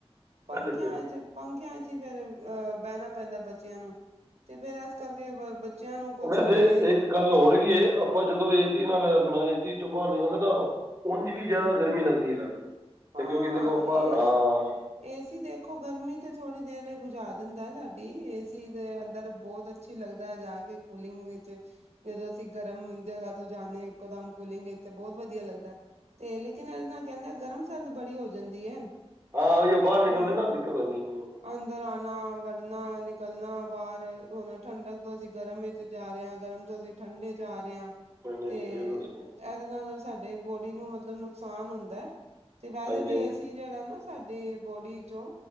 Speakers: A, on the right (about 85°); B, on the right (about 25°).
A: ਪੰਖਿਆ
B: ਅੱਛਾ
A: ਚ ਪੰਖਿਆ ਚ ਫੇਰ ਅਹ ਬੈਨਾ ਪੈਂਦਾ ਬੱਚਿਆਂ ਨੂੰ ਤੇ ਫੇਰ ਇਸ ਕਰਕੇ ਬੱਚਿਆਂ ਨੂੰ ਕੁਛ
B: ਵੈਸੇ
A: ਹੋ ਜੇ
B: ਇੱਕ ਗੱਲ ਹੋਰ ਵੀ ਇਹ ਆਪਾਂ ਜਦੋਂ ਏ ਸੀ ਨਾਲ ਆਪਣਾ ਏ ਸੀ ਚੋਂ ਬਾਹਰ ਨਿਕਲਦੇ ਨਾ ਉਝ ਵੀ ਜ਼ਿਆਦਾ ਗਰਮੀ ਲੱਗਦੀ ਹੈ।
A: ਹਾਂਾਂ
B: ਤੇ ਕਿਉਂਕਿ ਦੇਖੋ
A: ਏ-
B: ਬਾਹਰ ਹਾਂ
A: ਏਸੀ ਦੇਖੋ ਗਰਮੀ ਤੇ ਥੋੜੀ ਦੇਰ ਲਈ ਬੁਝਾ ਦਿੰਦਾ ਸਾਡੀ, ਏ ਸੀ ਦੇ ਅੰਦਰ ਬਹੁਤ ਅਛੀ ਲੱਗਦਾ ਹੈ ਜਾ ਕੇ ਕੂਲਿੰਗ ਵਿੱਚ ਜਦੋਂ ਅਸੀਂ ਗਰਮ ਜਗ੍ਹਾ ਤੋਂ ਜਾਨੇ ਹਾਂ ਇੱਕੋ ਦਮ ਕੂਲਿੰਗ ਵਿੱਚ ਤੇ ਬਹੁਤ ਵਧੀਆ ਲੱਗਦਾ ਐ, ਤੇ ਲੇਕਿਨ ਇਹਦੇ ਨਾਲ ਕਹਿੰਦੇ ਆ ਗਰਮ -ਸਰਦ ਬੜੀ ਹੋ ਜਾਂਦੀ ਹੈ।
B: ਹਾਂ ਇਹ ਬਾਹਰ ਨਿਕਲਦੇ
A: ਹਾਂ,
B: ਨਾ ਦਿੱਕਤ ਆਉਂਦੀ ਹੈ ਬਹੁਤ
A: ਅੰਦਰ ਆਣਾ ਵੜਨਾ- ਨਿਕਲਣਾ ਬਾਹਰ ਹੁਣ ਠੰਡਕ ਤੋਂ ਅਸੀਂ ਗਰਮ ਵਿੱਚ ਜਾ ਰਹੇ ਹਾਂ ਗਰਮ ਤੋਂ ਅਸੀਂ ਠੰਡੇ ਚ ਜਾ ਰਿਹਾ
B: ਮੈਨੇ
A: ਤੇ
B: ਡਿੱਗੇ ਤੁਸੀਂ
A: ਇਹਦੇ ਨਾਲ ਸਾਡੇ ਬੋਡੀ ਨੂੰ ਮਤਲਬ ਨੁਕਸਾਨ ਹੁੰਦਾ। ਤੇ ਵੈਸੇ
B: ਹਾਂਜੀ
A: ਵੀ
B: ਹਾਂਜੀ
A: ਏ ਸੀ ਜਿਹੜਾ ਨਾ ਸਾਡੇ ਬੋਡੀ ਚੋਂ